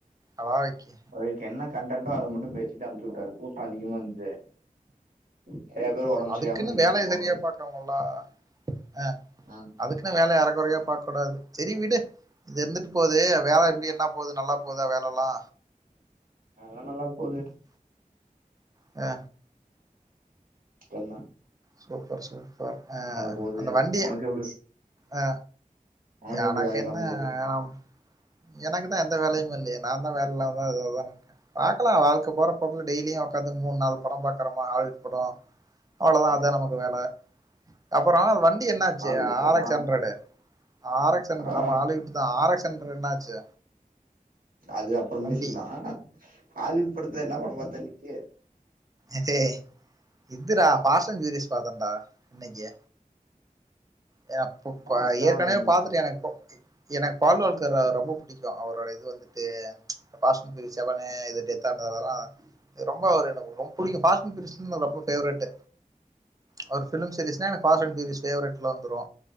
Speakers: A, on the right; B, on the right.
A: அடாவடிக்கு.
B: அதுக்கு என்ன கண்டன்டா அத மட்டு பேசிட்டு அனுப்ச்சிவிட்டாரு கூட்டோ அதிகமா இருந்தது நெறைய பேர் ஒடம்பு
A: அதுக்குனு
B: சரியாம இன்னைக்கு
A: வேலய
B: வந்திருப்பாங்களாட்டு
A: சரியா பாக்கனும்லா அ
B: ம்
A: அதுக் என்ன வேல அறக்குறையா பாக்க கூடாது செரி விடு இது இருந்துட்டு போது வேல எப்டி என்ன போது நல்லா போதா வேலஎல்லா
B: அதல்லா நல்லா போது
A: ஆ
B: கென்னா
A: சூப்பர் சூப்பர் ஆ
B: போது
A: அந்த வண்டிய
B: உனக்கு எப்டி
A: ஆ
B: உனக்கு எப்டி
A: எனக்கென்ன
B: வேலையெல்லா போது
A: ஆணாம் எனக்குதா எந்த வேலையுமில்லயே நாந் தா வேலயில்லாம இது அதோனு இருக்கே பாக்கலா வாழ்க்க போறப்போக்குல டெய்லியு உக்காந்து மூணு நாலு படோ பாக்குறோம ஹாலிவுட் படோ அவ்ளோதா
B: ம்
A: அதா நமக்கு வேல அப்புறோ வண்டி என்ன ஆச்சு
B: ஹாலிவுட் படமா
A: ஆர் எச் அன்ரடு ஆர் எக்ஸ் அண்டு
B: ஆ
A: ஆமா ஆரெக்ஸ்தா ஆர் எக்ஸ் அண்டுரெட் என்னாச்சு
B: அது அப்புறோ
A: வண்டி.
B: பேசிக்கலா ஹாலிவுட் படத்துல என்ன படோ பாத்தன்னிக்கி
A: இது இதுரா பாசங் கெரிஸ் பாத்தன்டா இன்னைக்கி ஏ அப்பப்பா
B: ஃபாஸ்டா
A: ஏற்கனவே
B: ம்
A: பாத்துட்டே எனக்கு இப்போ எனக்கு பால்வழ்கர் ரொம்ப புடிக்கு அவரோட இது வந்துட்டு பாஷன் பி செவனு இது டெத் ஆனதுலா ரொம்ப எனக்கு ரொம்ப புடிக்கு பாஸ்து கிருஸ்துன ரொம்ப பேவரட் அவரு பிலிம் சீரிஸ்னா எனக்கு பாஸ்வட்
B: ம்
A: சீரிஸ் பேவரெட்ல வந்துரு